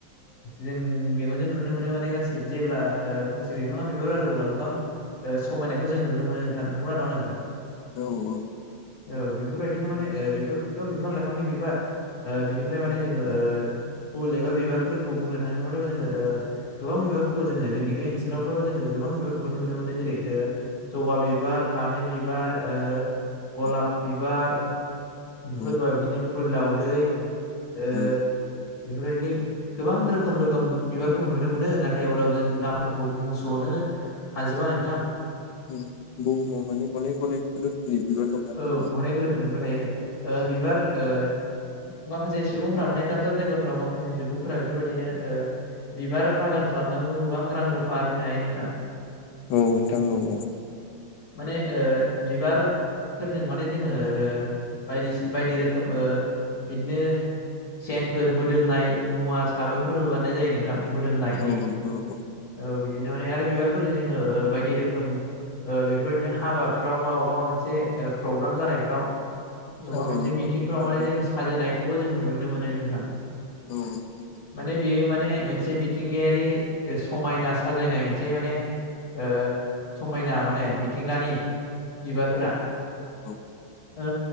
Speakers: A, on the left; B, on the left.
A: जों मेगनजों नुनो मोनो माने गासै जेब्ला फांसे बिफाङा बिबार आरो अब्ला गोबां ओ समायनायखौ जों नुनो मोनो नोंथां नंगौना नाङा नोंथां?
B: औ औ
A: औ बेफोरबायदिनो माने ओ बेफोरथ' बिफां लाइफांनि बिबार बिनिफ्राय माने जोङो ओ फुल एबा बिबारफोरखौ बुंनो थाङोब्लाथ' जोङो ओ गोबां बिबारफोरखौ जोङो जोंनि बे ओनसोलावथ' जोङो गोबां बिबारफोरखौ नुनो मोनो जेरै ओ जबा बिबार फामि बिबार गलाब
B: औ
A: बिबार बेफोरबायदिनो
B: औ
A: फुल दावदै ओ
B: उम
A: बेफोरबायदिनो गोबां रोखोम रोखोम बिबारखौ नुनो मोनो नाथाय अब्लाबो जों नामफोरखौ बुंस'नो हाजोबा नोंथां
B: बुहुमाव माने अनेक अनेक रोखोमनि बिबार दं
A: औ
B: आरोखि
A: अनेक रोखोम बिबार थायो ओ बिबार ओ माखासे सुबुंफ्रा माने दाब दाब जायगाफोराव माखासे सुबुंफोरा बेफोरबायदिनो ओ बिबार बागान खालामनांगौ गोबां रां रुफा आरजिनो हायो नोंथां
B: औ नोंथां औ औ
A: माने ओ बिबार फोरजों माने जोङो ओ बायदिसि बायदि रोखोम ओ बिदिनो सेनफोर मोदोमनाय मुवा साबोनफोरबो बानायनाय जायो नोंथां मोदोमनायनि
B: औ औ औ
A: औ बिदिनो माने आरो बिबारफोरजों जोङो बायदि रोखोम ओ बेफोरबायदिनो हाबाफ्राव बा बबेबा मोनसे प्रग्राम जानायफ्राव गोबा
B: साजायो
A: मोनसे मिथिंफ्राव
B: औ
A: माने जों साजायनायखौबो जों नुनो मोनो नोंथां
B: औ
A: माने बेयो माने मोनसे मिथिंगायारि समायना साजायनाय मोनसे माने ओ समायना माने मिथिंगानि बिबारफोरा
B: औ
A: ओ